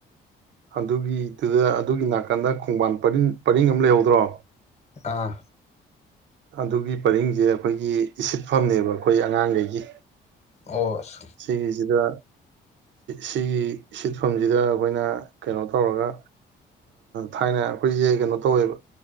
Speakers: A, on the right (about 65°); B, on the left (about 35°).
A: ꯑꯗꯨꯒꯤꯗꯨꯗ ꯑꯗꯨꯒꯤ ꯅꯥꯀꯟꯗ ꯈꯣꯡꯕꯥꯟꯔꯤꯡ ꯄꯔꯤꯡ ꯑꯃ ꯂꯩꯍꯧꯗ꯭ꯔꯣ
B: ꯑꯥ
A: ꯑꯗꯨꯒꯤ ꯄꯔꯤꯡꯁꯦ ꯑꯩꯈꯣꯏꯒꯤ ꯏꯁꯤꯠꯐꯝꯅꯦꯕ ꯑꯩꯈꯣꯏ ꯑꯉꯥꯡꯈꯩꯒꯤ
B: ꯑꯣ ꯑꯁ
A: ꯁꯤꯒꯤꯁꯤꯗ ꯁꯤꯒꯤ ꯁꯤꯠꯐꯝꯁꯤꯗ ꯑꯩꯈꯣꯏꯅ ꯀꯩꯅꯣ ꯇꯧꯔꯒ ꯊꯥꯏꯅ ꯑꯩꯈꯣꯏꯁꯦ ꯀꯩꯅꯣ ꯇꯧꯋꯦꯕ